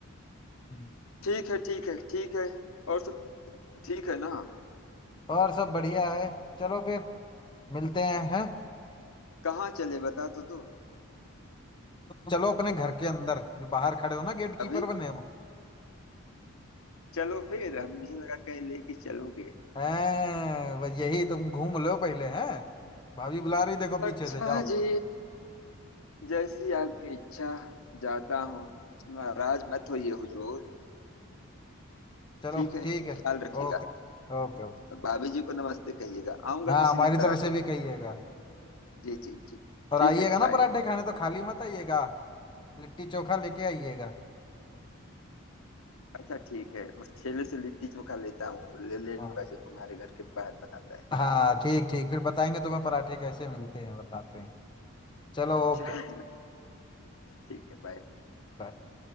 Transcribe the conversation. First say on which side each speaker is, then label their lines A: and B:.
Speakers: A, on the left; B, on the left.
A: हम्म।
B: ठीक है ठीक है ठीक है और सब ठीक है ना
A: और सब बढ़िया है चलो फिर मिलते हैं हैं
B: कहाँ चले बता तो दो
A: चलो अपने घर के अंदर जो बाहर खड़े हो ना गेट कीपर
B: अभी
A: बने हो
B: चलो फिर अब मुझे लगा कहीं लेके चलोगे
A: हैं बस यही तुम घूम लो पहले हैं भाभी बुला रही देखो
B: अच्छा
A: पीछे से जाओ
B: जी जैसी आपकी इच्छा जाता हूँ नाराज मत होइए हुजूर
A: चलो
B: ठीक है
A: ठीक है
B: ख्याल रखिएगा
A: Okay
B: हम्म,
A: okay okay
B: और भाभी जी को नमस्ते कहिएगा आऊंगा
A: हाँ
B: किसी
A: हमारी
B: दिन पराठे
A: तरफ से भी कहिएगा
B: खाने। जी जी जी
A: और
B: ठीक
A: आइएगा
B: है
A: ना
B: बाय
A: पराठे खाने तो खाली मत आइएगा लिट्टी चोखा लेके आइएगा
B: अच्छा ठीक है उस ठेले से लिट्टी चोखा लेता हूँ ले ले
A: हाँ
B: लूंगा जो तुम्हारे घर के बाहर बनाता है
A: हाँ ठीक ठीक फिर बताएंगे तुम्हें पराठे कैसे मिलते हैं बताते हैं चलो
B: अच्छा
A: ओके
B: <laughs> ठीक है बाय
A: बाय